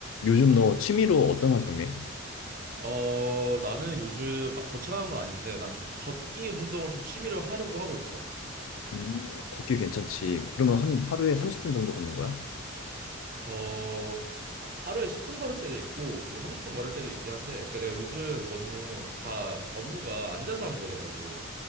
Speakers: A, on the left (about 70°); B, on the right (about 45°).
A: 요즘 너 취미로 어떤 활동 해?
B: 어, 나는 요즘 막 거창한 건 아닌데, 난 좀 걷기 운동을 좀 취미로 하려고 하고 있어.
A: 음, 걷기 괜찮지? 그러면 한 하루에 30분 정도 걷는 거야?
B: 어, 하루에 10분 걸을 때도 있고, 뭐 30분 걸을 때도 있긴 한데, 그러니까 내가 요즘 너무 다 업무가 앉아서 하는 거더라고.